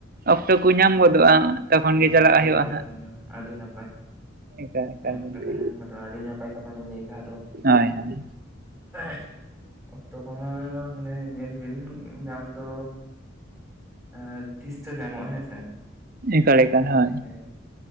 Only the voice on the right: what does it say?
ᱚᱠᱛᱚ ᱠᱚ ᱧᱟᱢ ᱜᱚᱫᱚᱜᱼᱟ ᱛᱚᱠᱷᱚᱱ
ᱜᱮ ᱪᱟᱞᱟᱜ
ᱦᱩᱭᱩᱜᱼᱟ
ᱦᱟᱸᱜ
ᱮᱠᱟᱞ ᱮᱠᱟᱞ
ᱜᱚᱢᱠᱮ
ᱦᱳᱭ ᱦᱳᱭ
ᱮᱠᱟᱞ
ᱮᱠᱟᱞ
ᱦᱳᱭ